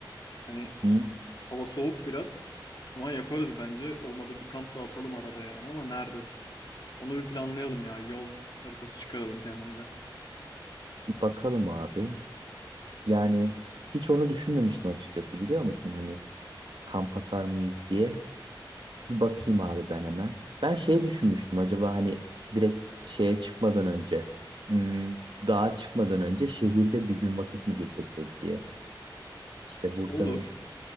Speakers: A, on the left; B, on the right.
A: Hani
B: Hı,
A: hava soğuk biraz ama yaparız bence. Olmadı bir kamp da atalım arada yani ama nerede? Onu bir planlayalım ya. Yol haritası çıkaralım kendimize.
B: bir bakalım abi. Yani hiç onu düşünmemiştim açıkçası biliyor musun? Hani kamp atar mıyız diye. Bir bakayım abi ben hemen. Ben şey düşünmüştüm acaba hani direkt şeye çıkmadan önce hmm, dağa çıkmadan önce şehirde bir gün vakit mi geçirsek diye. İşte Bursa'nın
A: Olur.